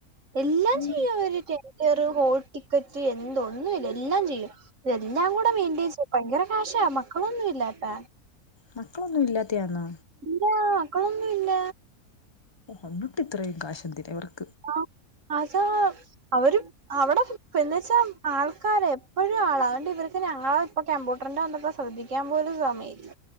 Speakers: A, on the right; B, on the left.
A: എല്ലാം
B: ഉം
A: ചെയ്യും അവര് ടറ്ററ് ഹോട്ട് ടിക്കറ്റ് എന്തോ ഒന്നുമില്ല എല്ലാം ചെയ്യും. ഇതെല്ലാംകൂടെമെയിണ്ടെജ് ഭയങ്കര കാശാ മക്കളൊന്നും ഇല്ലാട്ടാ
B: മക്കളൊന്നും ഇല്ലാത്തയാന്നോ
A: ഇല്ല് മക്കളൊന്നും ഇല്ല
B: ഓന്നട്ടി ഇത്രയും കാശെന്ത്നഇ വർക്ക്
A: ആ അതാ അവര് അവിടെപിന്നാച്ച ആൾക്കാര എപ്പോഴും ആള അതുകൊണ്ട് ഇവർക്ക് ഞങ്ങള ഇപ്പ കമ്പ്യൂട്ടറിന്റെ ശ്രദ്ധിക്കാൻ പോലും സമയില്ല